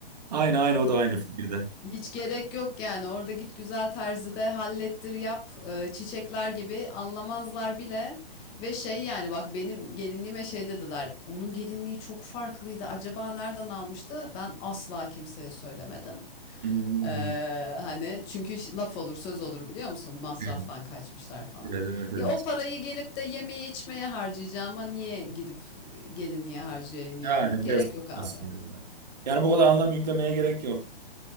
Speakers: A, on the right; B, on the left.
A: Aynı aynı o da aynı fikirde.
B: Hiç gerek yok yani orada git güzel terzide hallettir yap Ee, çiçekler gibi anlamazlar bile ve şey yani bak benim gelinliğime şey dediler onun gelinliği çok farklıydı acaba nereden almıştı ben asla kimseye söylemedim
A: Hmm.
B: Ee, hani çünkü iş- laf olur söz olur biliyor musun masraftan
A: Evet
B: kaçmışlar falan
A: evet evet. evet.
B: ya o parayı gelip de yemeye içmeye harcayacağıma niye gidip e, gelinliğe harcayayım yani
A: Yani
B: gerek
A: bez.
B: yok
A: parçası
B: abi.
A: diyorlar. Yani bu kadar anlam yüklemeye gerek yok.